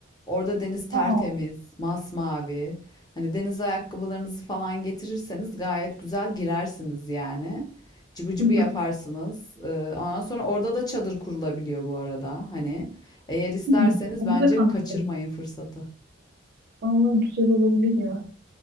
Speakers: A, on the left; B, on the right.
A: Orada deniz tertemiz,
B: Aa.
A: masmavi. Hani deniz ayakkabılarınızı falan getirirseniz gayet güzel girersiniz yani. Cıbı cıbı
B: Hı
A: yaparsınız.
B: hı.
A: Ee, ondan sonra orada da çadır kurulabiliyor bu arada. Hani eğer isterseniz
B: Hı, Hadi
A: bence
B: de kamp
A: kaçırmayın
B: yapalım.
A: fırsatı.
B: Ama güzel olabilir ya.